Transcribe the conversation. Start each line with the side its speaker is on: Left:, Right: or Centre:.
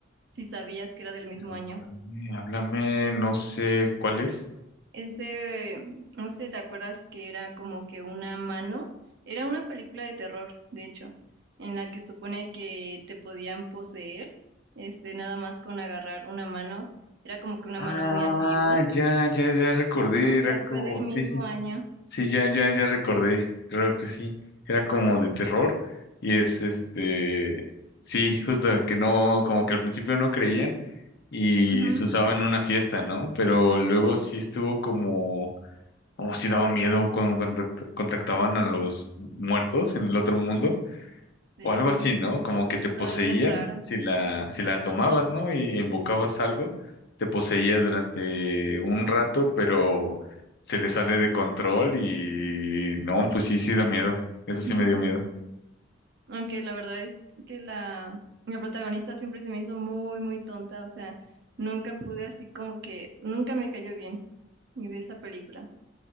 Right: si sabías que era del mismo
Left: Háblame,
Right: año.
Left: háblame, no sé cuál
Right: Es,
Left: es.
Right: es de, no sé si te acuerdas que era como que una mano, era una película de terror, de hecho, en la que supone que te podían poseer, este, nada más con agarrar una mano, era como que una
Left: Ah,
Right: mano muy antigua,
Left: ya, ya, ya recordé,
Right: o sea,
Left: era como,
Right: fue del mismo
Left: sí, sí,
Right: año.
Left: Sí, ya, ya, ya recordé, creo que sí. Era como de terror y es este, sí, justo que no, como que al principio no creían y
Right: <laughs> Ujú.
Left: se usaba en una fiesta, ¿no? Pero luego sí estuvo como, como si daba miedo como cuando contact- contactaban a los muertos en el otro mundo
Right: Sí,
Left: o algo así, ¿no? Como que te poseían
Right: estaba bien raro.
Left: si la, si la tomabas, ¿no? Y invocabas algo, te poseía durante un rato, pero se le sale de control y no, pues sí, sí da miedo. Eso sí
Right: Ujú.
Left: me dio miedo.
Right: Aunque la verdad es que la, la protagonista siempre se me hizo muy, muy tonta, o sea, nunca pude así como que, nunca me cayó bien de esa película.